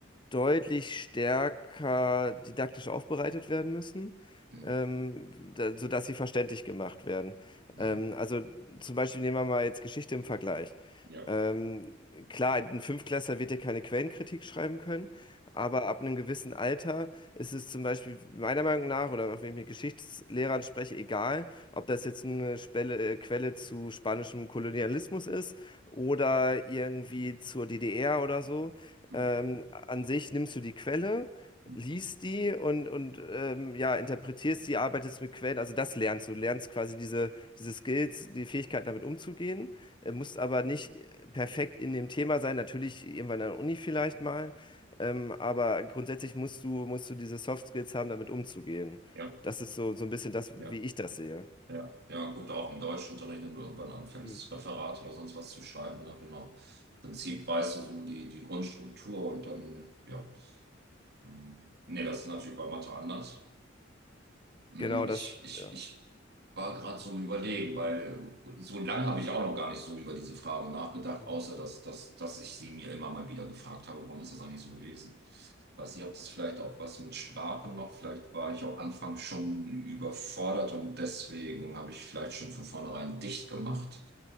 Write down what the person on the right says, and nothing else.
mm,
mm.
Ja.
mm,
mm,
Ja.
Ja.
Ja, ja, gut, auch im Deutschunterricht, wenn du irgendwann anfängst,
Referat oder sonst was zu schreiben, ne, genau. Im Prinzip weißt du so die, die Grundstruktur und dann, ja. ähm, Nee, das ist natürlich bei Mathe anders. Hm,
Ich,
ich,
ich war gerade so im Überlegen, weil äh, so lange habe ich auch noch gar nicht so über diese Frage nachgedacht,
außer dass, dass, dass ich sie mir immer mal wieder gefragt habe, warum ist das eigentlich so gewesen? Ich weiß nicht, ob das vielleicht auch was mit Sprachen noch, vielleicht war ich auch anfangs schon überfordert und deswegen habe ich vielleicht schon von vornherein dicht gemacht,